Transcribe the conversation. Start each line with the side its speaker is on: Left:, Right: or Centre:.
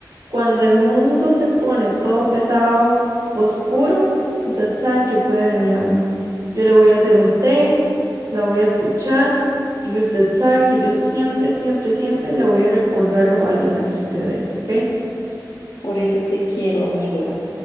Right: cuando el mundo se pone todo pesado, oscuro, usted sabe que puede venir a mí. Yo le voy a hacer un té, la voy a escuchar y usted sabe que yo siempre, siempre, siempre le voy a recordar lo valiosa que usted es, ¿ok?
Left: Por eso te quiero, amiga.